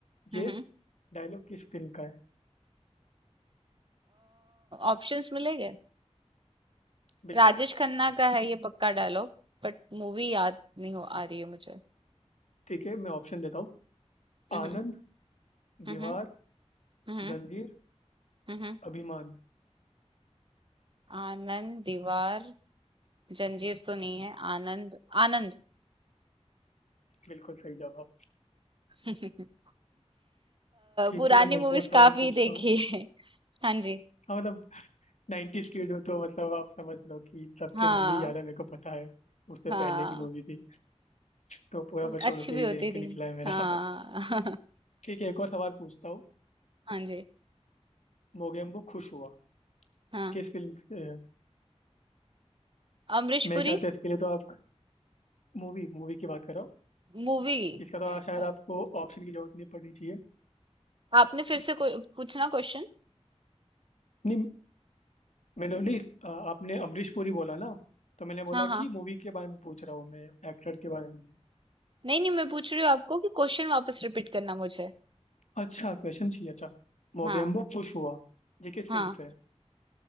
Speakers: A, on the right; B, on the left.
A: हम्म
B: ये डायलॉग किस फिल्म का है
A: ऑप्शंस मिलेंगे
B: बिल्कुल
A: राजेश खन्ना का है ये पक्का डायलॉग बट मूवी याद नहीं हो आ रही है मुझे
B: ठीक है मैं ऑप्शन देता हूँ
A: हम्म
B: आनंद
A: हम्म हम्म
B: दीवार
A: हम्म
B: जंजीर
A: हम्म, हम्म।
B: अभिमान
A: आनंद दीवार जंजीर तो नहीं है आनंद आनंद
B: बिल्कुल सही जवाब
A: <laughs> अ,
B: ठीक
A: पुरानी
B: है तो मैं
A: मूवीज
B: एक और सवाल
A: काफी
B: पूछता
A: देखी
B: हूँ
A: है हाँ जी।
B: हाँ मतलब 90s किड हो तो मतलब आप समझ लो कि तब
A: हाँ,
B: की मूवी याद है मेरे को पता है उससे
A: हाँ।
B: पहले की मूवी थी तो पूरा
A: उस
B: बचपन
A: अच्छी
B: उसे
A: भी
B: ही
A: होती
B: देख के
A: थी।
B: निकला है मेरा
A: हाँ।
B: <laughs>
A: <laughs>
B: ठीक है एक और सवाल पूछता हूँ
A: हाँ जी,
B: मोगेम्बो खुश हुआ
A: हाँ।
B: किस फिल्म से है?
A: अमरीश
B: मेरे
A: पुरी
B: ख्याल से इसके लिए तो आप मूवी मूवी की बात करो
A: मूवी
B: इसका तो शायद
A: अ,
B: आपको ऑप्शन की जरूरत नहीं पड़नी चाहिए
A: आपने फिर से कोई पूछना क्वेश्चन?
B: नहीं मैंने नहीं आ, आपने अमरीश पुरी बोला ना तो मैंने बोला
A: हाँ,
B: कि
A: हाँ।
B: मूवी के बारे में पूछ रहा हूँ मैं एक्टर के बारे में
A: नहीं-नहीं मैं पूछ रही हूँ आपको कि क्वेश्चन वापस रिपीट करना मुझे।
B: अच्छा क्वेश्चन चाहिए अच्छा मोगेम्बो
A: हाँ,
B: खुश हुआ ये किस
A: हाँ।
B: फिल्म से है